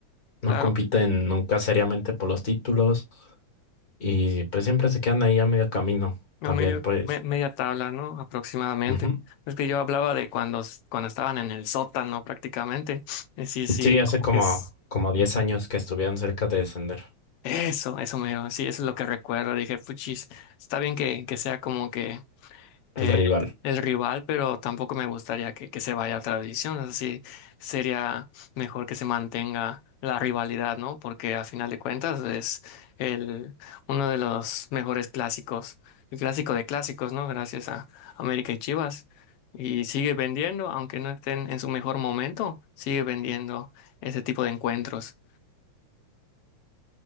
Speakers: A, on the left (about 40°); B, on the left (about 75°).
A: no
B: Claro,
A: compiten nunca seriamente por los títulos y pues siempre se quedan ahí a medio camino
B: a
A: también,
B: medio,
A: pues.
B: me- media tabla, ¿no? Aproximadamente.
A: ujú.
B: Es que yo hablaba de cuando, s- cuando estaban en el sótano prácticamente. <sniffs> Eh, Sí, sí,
A: Sí, hace como,
B: es
A: como 10 años que estuvieron cerca de descender
B: eso, eso me, sí, eso es lo que recuerdo. Dije, puchis, está bien que, que sea como que
A: el
B: eh,
A: rival.
B: el rival, pero tampoco me gustaría que, que se vaya a otra división. Así sería mejor que se mantenga la rivalidad, ¿no? Porque a final de cuentas es el, uno de los mejores clásicos, el clásico de clásicos, ¿no? Gracias a América y Chivas. Y sigue vendiendo, aunque no estén en su mejor momento, sigue vendiendo ese tipo de encuentros.